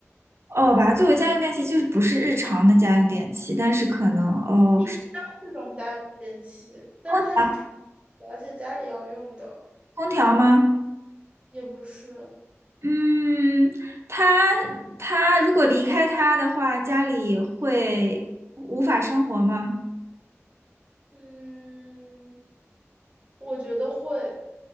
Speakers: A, on the right (about 60°); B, on the right (about 25°).
A: 哦，把它作为家用电器，就是不是日常的家用电器，但是可能哦，
B: 冰箱这种家用电器，但是它是常用
A: 空
B: 的而且家里要用的，
A: 空调吗？
B: 也不是。
A: 嗯，他他如果离开他的话，家里会无法生活吗？
B: 嗯，我觉得会，